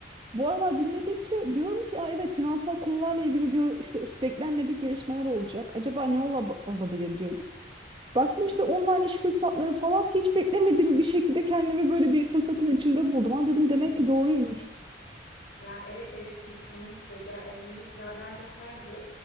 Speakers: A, on the right; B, on the left.
A: Bu aralar dinledikçe diyorum ki Aa, evet finansal konularla ilgili diyor işte beklenmedik gelişmeler olacak. Acaba ne ola- olabilir diyordum. Baktım işte online iş fırsatları falan hiç beklemediğim bir şekilde kendimi böyle bir fırsatın içinde buldum. Ha dedim
B: <laughs>
A: demek ki doğruymuş.
B: Ya evet evet kesinlikle. Ya, e, mesela ben de her yıl